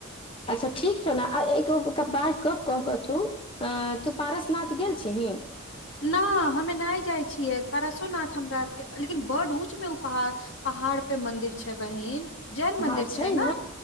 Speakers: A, on the left (about 25°); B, on the left (about 60°).
A: अच्छा ठीक छ ने एक बार क कर त तू पारस नाथ गेल छही?
B: न हमे नहि जाइ छियै परारसोनाथ हमरा आर के लेकिन बड ऊँच मे उ पहा पहाड़ पे मंन्दिर छैय बहिन। जैन मंदिर
A: हँ छैय
B: छै
A: ने